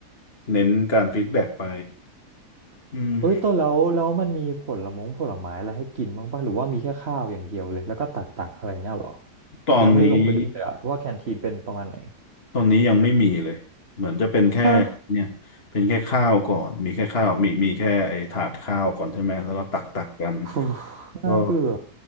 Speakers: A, on the left (about 40°); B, on the right (about 40°).
A: เน้นการฟีดแบ็กไปอืม
B: เอ้ยต้นแล้วแล้วมันมีผลมงผลไม้อะไรให้กินบ้างป่ะหรือว่ามีแค่ข้าวอย่างเดียวเลยแล้วก็ตักตักอะไรเงี้ยเหรอ
A: ตอนนี้
B: ยังไม่ลงไปดูเลยอะว่าแคนทีนเป็นประมาณไหน
A: ตอนนี้ยังไม่มีเลยเหมือนจะเป็นแค่เนี่ยเป็นแค่ข้าวก่อนมีแค่ข้าวมีมีแค่ไอ้ถาดข้าวก่อนใช่ไหมแล้วก็ตักตักกัน
B: ฮะฟู <sighs> น่าเบื่อ
A: ก็